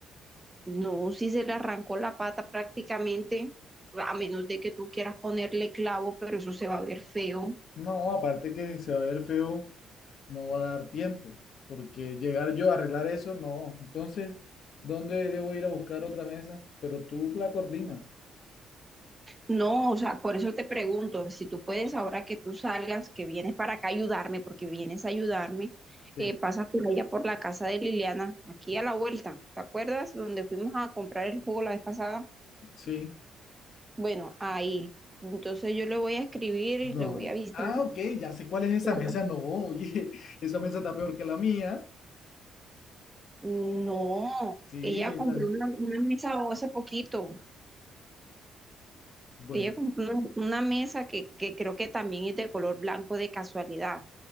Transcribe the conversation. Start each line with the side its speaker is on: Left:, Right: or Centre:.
Right: No, si se le arrancó la pata prácticamente, a menos de que tú quieras ponerle clavo, pero eso se va a ver feo.
Left: No, aparte que se va a ver feo, no va a dar tiempo, porque llegar yo a arreglar eso, no. Entonces, ¿dónde debo ir a buscar otra mesa? Pero tú la coordinas.
Right: No, o sea, por eso te pregunto, si tú puedes, ahora que tú salgas, que vienes para acá a ayudarme, porque vienes a ayudarme,
Left: Sí,
Right: eh, pasas por allá por la casa de Liliana, aquí a la vuelta, ¿te acuerdas? Donde fuimos a comprar el jugo la vez pasada.
Left: sí.
Right: Bueno, ahí. Entonces yo le voy a escribir y
Left: No.
Right: le voy a avisar.
Left: Ah, ok, ya sé cuál es esa
Right: para-
Left: mesa. No, oye, <laughs> esa mesa está peor que la mía.
Right: No,
Left: Sí,
Right: ella
Left: esa.
Right: compró una, una mesa hace poquito.
Left: Bueno,
Right: Ella compró una, una mesa que, que creo que también es de color blanco de casualidad.